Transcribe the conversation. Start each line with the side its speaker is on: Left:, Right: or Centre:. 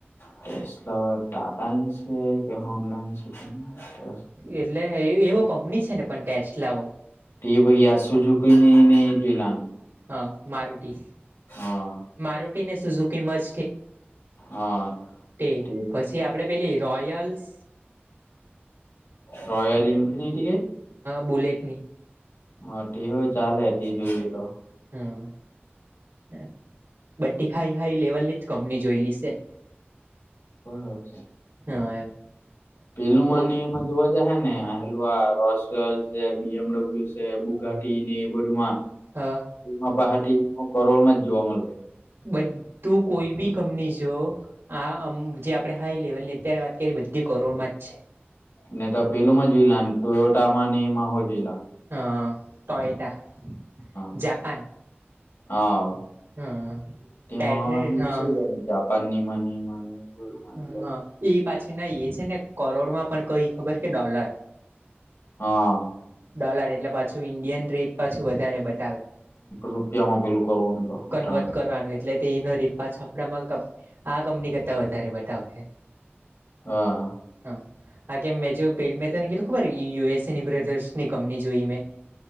Left: ટેસ્ટ લ ટા ટની છે કે હો નાંગ છે તટે.
Right: એટલે એવો કંપની છે ને પણ ટેક્સ લાવો.
Left: ટી બહી આસુ છું ક જ લ.
Right: હા મારુટી
Left: હા
Right: મારુટીને સુુંઝ કમજ.
Left: હા
Right: ઠીક
Left: તે
Right: પછી આપડે પેલી રોયલસ.
Left: રયલ ઇનફિન એટી કે.
Right: બુલેટની
Left: હા ટી હું ચાલે ટી જોઈ લ તો.
Right: હા બધી હાઈ હાઈ લેવલ ની જ કંપની જોય લઈ છે.
Left: હ હ.
Right: હા એમ.
Left: પેલું
Right: કોઈ
Left: એ જા હ ને હલ આ રોલ છે બી એમડબલ્યુ છે બુઘાટી ને એ બધુંમાં
Right: હા
Left: માં પહાટીમાં કરોળમાં જ જોવા મળશે
Right: બધું કોઈ બી કંપની જો આમ જે આપડણે હાઈ લેવલ ની અત્યારે વાત કરીએ બધી કરોડ માં જ છે.
Left: ને તો પેલું માં જોઈ લ ટુયોટા નીમાં હો જોઈ લ.
Right: હ ટયટા
Left: હા
Right: જાપાન.
Left: હા
Right: હ
Left: તેમાં
Right: ટેરે હા
Left: સ જ. પનની મની મને.
Right: હ
Left: એટલે
Right: હા એ પાછી ના એ છે ને કરોડમાં પણ કઈ ખબર કે ડોલર.
Left: હા.
Right: ડોલર એટલે પાછું ઇન્ડિયન રેટ પાછું વધારે બતાવે
Left: રૂપિયા માં પેલું. કર તો
Right: કન્વર્ટ
Left: હતા.
Right: કરવાનું એટલે એનો રીત પાછપડામાં આ કંપની કરતા વધારે બતાાવશે.
Left: હા.
Right: હા. આ કે મેં જો પેલી મે તને કીધું ખબર યુએસએની બ્રધર્સની કંપની જોઈ મેં.